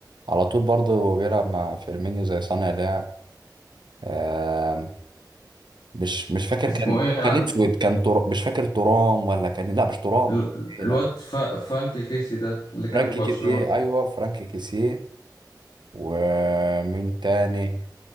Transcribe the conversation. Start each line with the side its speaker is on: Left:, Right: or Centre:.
Right: على طول برضه بيلعب مع فيرمينيو زي صانع لعب آم، مش مش فاكر
Left: اسمه
Right: كان
Left: ايه عند
Right: كان اسود كان تر... مش فاكر ترام ولا كان لا مش ترام
Left: ال-
Right: إيه
Left: الواد
Right: لا
Left: ف- فرانكي كيسي ده اللي كان
Right: فرانكي
Left: في برشلونة
Right: كيسيه ايوه فرانكي كيسيه ومين تاني